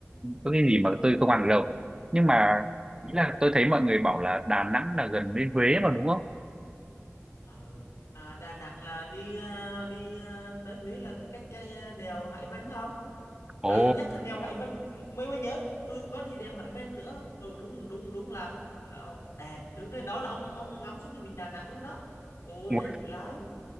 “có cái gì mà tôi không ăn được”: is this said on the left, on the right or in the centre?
Right